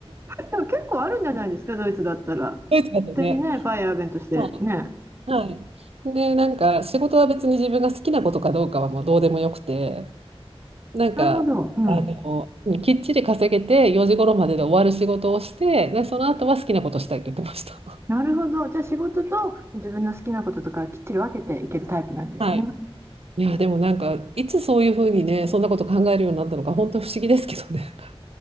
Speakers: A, on the right; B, on the right.
A: でも結構あるんじゃないですか、ドイツだったら。
B: ドイツだとね。
A: 勝手にね、ファイアーベンとしてね。
B: はい。はい。で、なんか仕事は別に自分が好きなことかどうかはもうどうでもよくて、なんか、
A: なるほど。うん。
B: あの、きっちり稼げて4時頃までで終わる仕事をして、で、その後は好きなことしたいって言ってました。
A: なるほど。じゃあ仕事と自分の好きなこととかきっちり分けていけるタイプなんですね。
B: はい。いや、でもなんか、いつそういうふうにね、そんなこと考えるようになったのか、本当不思議ですけどね。